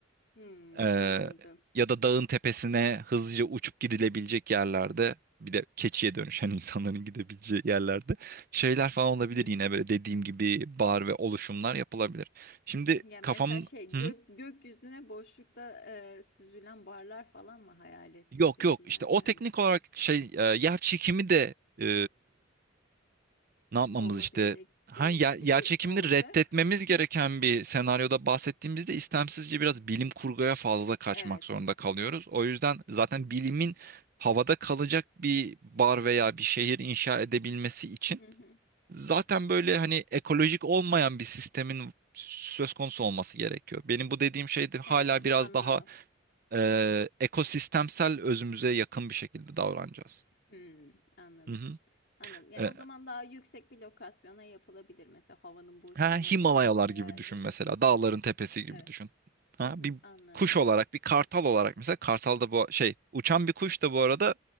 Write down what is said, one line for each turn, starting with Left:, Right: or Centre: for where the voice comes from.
Left: hmm,
Right: Ee,
Left: anladım.
Right: ya da dağın tepesine hızlıca uçup gidilebilecek yerlerde bir de keçiye dönüşen <laughs> insanların gidebileceği yerlerde şeyler falan olabilir
Left: Hı hı.
Right: yine böyle dediğim gibi bar ve oluşumlar yapılabilir. Şimdi
Left: Yani
Right: kafam
Left: mesela şey
Right: Hı hı.
Left: gök gökyüzüne boşlukta e, süzülen barlar falan mı hayal ettin
Right: yok
Left: peki
Right: yok
Left: yani
Right: işte o teknik
Left: hani
Right: olarak şey e, yer çekimi de e,
Left: <laughs>
Right: Ne yapmamız
Left: olması
Right: işte?
Left: gerektiği
Right: Ha, yer, yer
Left: gibi
Right: reddetmemiz
Left: olacak.
Right: gereken bir senaryoda bahsettiğimizde istemsizce biraz bilim kurguya fazla kaçmak
Left: Evet.
Right: zorunda kalıyoruz. O yüzden zaten bilimin havada kalacak bir bar veya bir şehir inşa edebilmesi için
Left: Hı hı.
Right: zaten böyle
Left: Evet.
Right: hani ekolojik olmayan bir sistemin söz konusu olması gerekiyor. Benim bu dediğim şey de hala
Left: Evet
Right: biraz
Left: anladım.
Right: daha e, ekosistemsel özümüze yakın bir şekilde davranacağız.
Left: Hmm, anladım.
Right: Hı hı.
Left: Anladım. Yani
Right: E,
Left: o zaman daha yüksek bir lokasyona yapılabilir mesela havanın boşluğuna
Right: Ha, Himalayalar
Left: gibi bir hayalde.
Right: gibi düşün mesela. Dağların tepesi gibi
Left: Evet.
Right: düşün. Ha,
Left: Hı hı,
Right: bir
Left: anladım.
Right: kuş olarak, bir kartal olarak mesela kartal da bu şey uçan bir kuş da bu arada